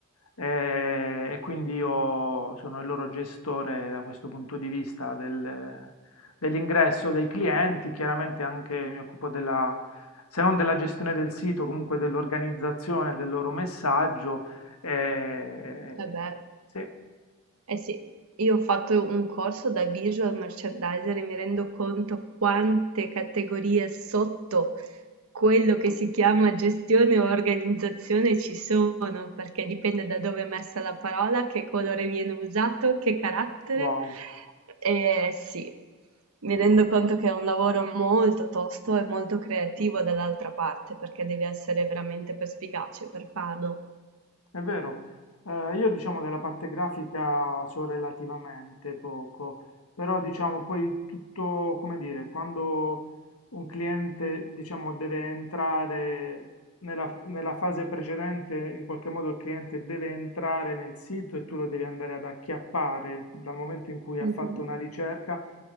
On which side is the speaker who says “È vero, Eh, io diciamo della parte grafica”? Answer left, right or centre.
Left